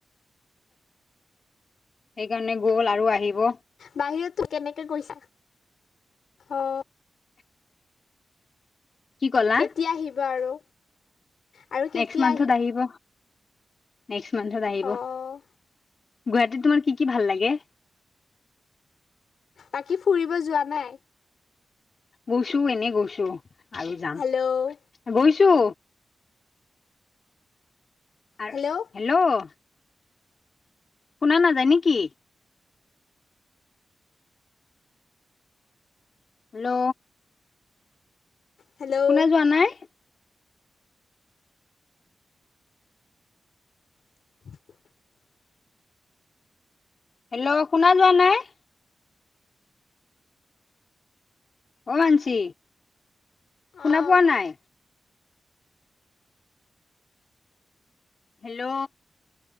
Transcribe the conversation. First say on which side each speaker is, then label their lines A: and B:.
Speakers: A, on the left; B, on the left.
A: সেইকাৰণে গ'ল আৰু আহিব।
B: বাহিৰত তো কেনেকে গৈছা অ'।
A: কি ক'লা
B: কেতিয়া আহিব আৰু? আৰু
A: নেক্সট
B: কেতিয়া
A: মান্থত আহিব। নেক্স মান্থত আহিব,
B: অ'।
A: গুৱাহাটীত তোমাৰ কি কি ভাল লাগে?
B: বাকী ফুৰিব যোৱা নাই?
A: গৈছো এনেই গৈছো আৰু যাম,
B: হেল্ল'
A: গৈছো। আৰু
B: হেল্ল'।
A: হেল্ল'! শুনা নাযায় নেকি? হেল্ল'!
B: হেল্ল'
A: শুনা যোৱা নাই?
B: <inaudible>
A: হেল্ল'! শুনা যোৱা নাই? অ' মানসি শুনা
B: অ',
A: পোৱা নাই? হেল্ল'!